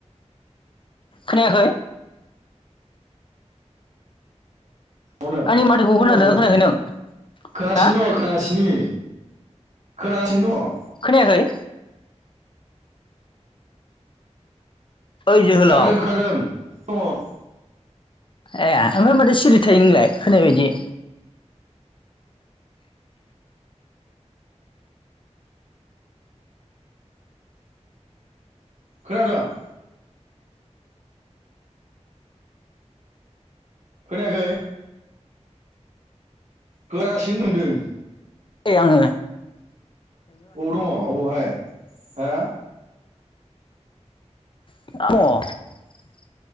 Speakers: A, on the left; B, on the right.
A: खोनायाखै?
B: अनो
A: आंनि माथोखौ
B: आंनाबो
A: खोनादों खोनायाखै नों
B: खोनागासिनो
A: हा
B: दङ' खोनागासिनि। खोनागासिनो दङ'।
A: खोनायाखै? ओइ जोहोलाव
B: दङ खोनादों खोनादों दङ'
A: ए ओमफ्राय माथो सिरि थायो नोंलाय खोनायै बायदि।
B: खोनादों? खोनायाखै? खोनागासिनो दंदों।
A: ए आंङो।
B: अबाव दङ अबावहाय हो
A: <unintelligible>